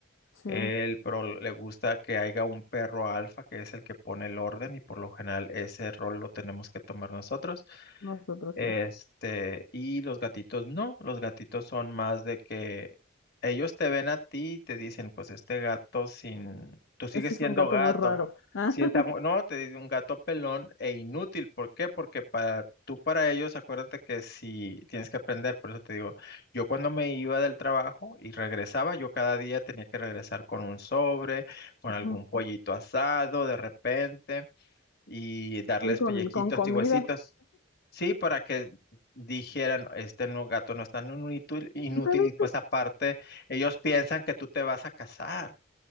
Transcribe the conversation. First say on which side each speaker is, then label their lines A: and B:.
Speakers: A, on the left; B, on the left.
A: Sí,
B: él, pero le gusta que haya un perro alfa, que es el que pone el orden, y por lo general ese rol lo tenemos que tomar nosotros.
A: nosotros
B: Este,
A: sí.
B: y los gatitos no, los gatitos son más de que ellos te ven a ti y te dicen, pues este gato sin, tú sigues
A: Este
B: siendo
A: es un gato
B: gato.
A: muy raro. <laughs>
B: Si está, mu- no, te dice un gato pelón e inútil. ¿Por qué? Porque para tú, para ellos, acuérdate que si tienes que aprender, por eso te digo, yo cuando me iba del trabajo y regresaba, yo cada día tenía que regresar con un sobre, con
A: Ujú.
B: algún pollito asado de repente y darles
A: Sí, con,
B: pellejitos
A: con comida.
B: y huesitos. Sí, para que dijeran, este no gato no es tan inútil, inútil
A: También,
B: y pues aparte ellos piensan que tú te vas a casar.